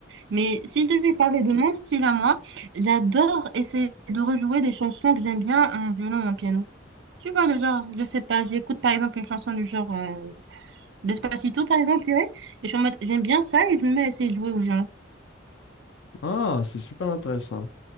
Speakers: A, on the right (about 60°); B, on the left (about 70°).
A: Mais si je devais parler de mon style à moi, j'adore essayer de rejouer des chansons que j'aime bien en violon ou en piano. Tu vois, le genre, je sais pas, j'écoute par exemple une chanson du genre euh, Despacito, par exemple, ouais, et je suis en mode, j'aime bien ça, et je me mets à essayer de jouer au violon.
B: Ah, c'est super intéressant.